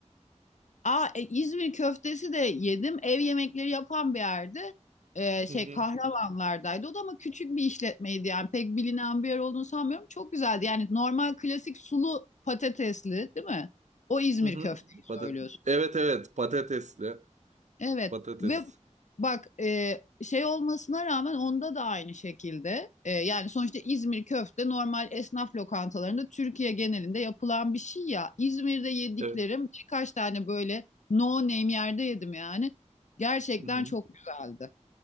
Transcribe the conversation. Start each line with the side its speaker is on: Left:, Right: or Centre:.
Left: Aa e, İzmir köftesi de yedim. Ev yemekleri yapan bir yerde. E,
Right: Hı
Left: şey
Right: hı.
Left: Kahramanlardaydı. O da ama küçük bir işletmeydi yani pek bilinen bir yer olduğunu sanmıyorum. Çok güzeldi. Yani normal klasik sulu patatesli değil mi? O İzmir
Right: Hı hı.
Left: köfteyi
Right: Patat
Left: söylüyorsun.
Right: evet evet patatesli.
Left: Evet
Right: Patates.
Left: ve bak e, şey olmasına rağmen onda da aynı şekilde e, yani sonuçta İzmir köfte normal esnaf lokantalarında Türkiye genelinde yapılan bir şey ya. İzmir'de yediklerim
Right: Evet.
Left: birkaç tane böyle no name yerde yedim yani. Gerçekten
Right: Hı hı.
Left: çok güzeldi.